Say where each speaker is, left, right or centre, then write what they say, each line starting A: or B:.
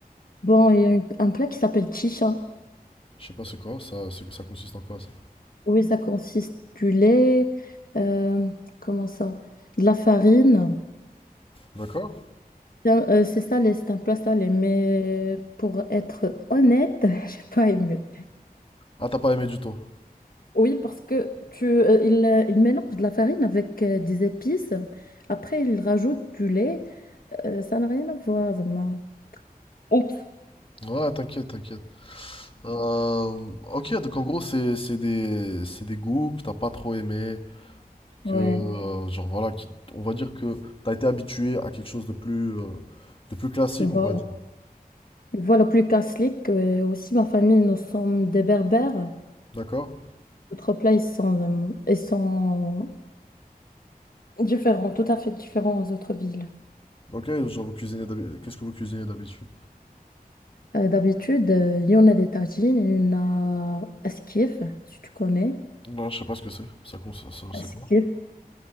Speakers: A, on the left (about 65°); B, on the left (about 35°).
A: Bon, il y a une- un plat qui s'appelle chicha.
B: Je sais pas, c'est quoi? Ça, c'est- ça consiste en quoi ça?
A: Oui, ça consiste du lait, euh, comment ça? De la farine
B: D'accord?
A: Donc, euh, c'est ça les en place ça mais pour être honnête, <laughs> j'ai pas aimé.
B: Ah, t'as pas aimé du tout.
A: Oui, parce que tu, euh, il, euh, il mélange de la farine avec euh, des épices. Après, il rajoute du lait. Euh, ça n'a rien à voir, vraiment. Oups.
B: Ouais, t'inquiète, t'inquiète. Euh, ok, donc en gros, c'est c'est des, c'est des goûts que t'as pas trop aimé,
A: Ouais,
B: que, euh, genre voilà, qui, on va dire que t'as été habitué à quelque chose de plus, euh, de plus classique,
A: voilà.
B: on va dire.
A: Voilà, plus qu'un slick. euh, aussi, ma famille, nous sommes des berbères.
B: D'accord?
A: Notre plats, ils sont, euh, ils sont différents, tout à fait différents aux autres villes.
B: Ok, genre vous cuisinez d'habi- qu'est-ce que vous cuisinez d'habitude?
A: Euh, d'habitude, euh, il y en a des tagines, il y en a esquif, si tu connais.
B: Non, je sais pas ce que c'est. Ça, cons- ça, ça- c'est
A: Ah, C'est
B: quoi?
A: kiff.